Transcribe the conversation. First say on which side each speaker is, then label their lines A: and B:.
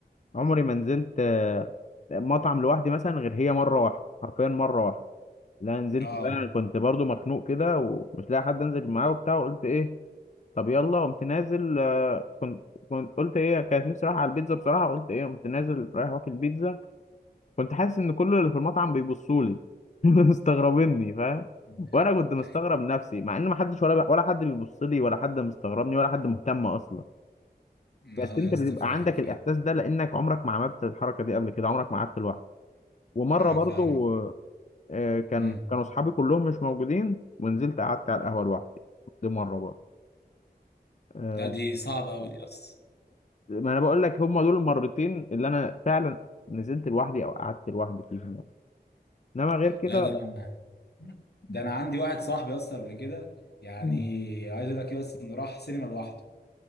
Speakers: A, on the left; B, on the left.
A: عمري ما نزلت آه، مطعم لوحدي مثلا غير هي مرة واحدة حرفيا مرة واحدة لا نزلت
B: اه
A: بقى انا كنت برضو مخنوق كده ومش لاقي حد انزل معاه وبتاع وقلت ايه طب يلا قمت نازل كنت كنت قلت ايه كانت نفسي رايحة على البيتزا بصراحة قلت ايه قمت نازل رايح واكل بيتزا كنت حاسس ان كل اللي في المطعم بيبصوا لي <laughs> مستغربيني فاهم
B: <laughs>
A: وانا كنت مستغرب نفسي مع ان ما حدش ولا ولا حد بيبص لي ولا حد مستغربني ولا حد مهتم اصلا بس
B: اه
A: انت
B: يا اسطى
A: بيبقى
B: فاهم
A: عندك
B: فاهم
A: الاحساس ده لانك عمرك ما عملت الحركة دي قبل كده عمرك ما قعدت لوحدك ومرة
B: اه
A: برضو
B: فاهمك
A: آه، كان
B: امم
A: كانوا اصحابي كلهم مش موجودين ونزلت قعدت على القهوة لوحدي دي مرة برضو آه،
B: لا دي صعبه قوي دي اصلا
A: ما انا بقول لك هم دول المرتين اللي انا فعلا نزلت لوحدي او قعدت لوحدي فيهم يعني. انما غير كده
B: لا ده
A: لا
B: انا ده انا عندي واحد صاحبي اصلا قبل كده يعني
A: مم.
B: عايز اقول لك ايه بس انه راح سينما لوحده